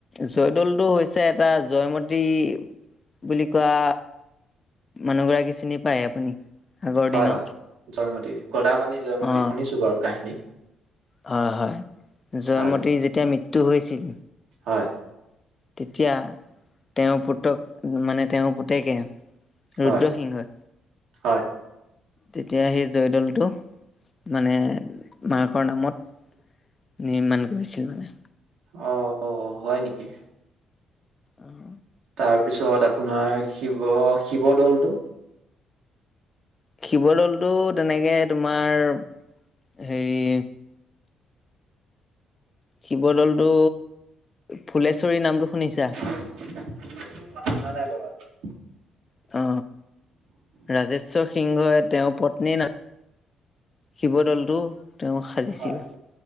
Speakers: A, on the left; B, on the right.
A: জয়দৌলটো হৈছে এটা জয়মতী বুলি কোৱা মানুহগৰাকী চিনি পায় আপুনি? আগৰ
B: হয়
A: দিনৰ
B: হয় জয়মতী গদাপানী জয়মতী
A: অ
B: শুনিছো বাৰু কাহিনী।
A: হয় হয় জয়মতীৰ
B: হয়
A: যেতিয়া মৃত্যু হৈছিল।
B: হয়।
A: তেতিয়া তেওঁৰ পুতক মানে তেওঁৰ পুতেকে
B: হয়
A: ৰুদ্ৰসিংহই
B: হয়।
A: তেতিয়া সেই জয়দলটো মানে মাকৰ নামত নিৰ্মাণ কৰিছিল মানে।
B: অ হয় নেকি?
A: অ।
B: তাৰপিছত আপোনাৰ শিৱ শিৱদৌলটো?
A: শিৱদলটো তেনেকে তোমাৰ হেৰি শিৱদৌলটো ফুলেশ্বৰী নামটো শুনিছা?
B: <unintelligible>
A: অ ৰাজেশ্বৰ সিংহই তেওঁৰ পত্নীৰ না- শিৱদলটো তেওঁ সাজিছিলে।
B: হয়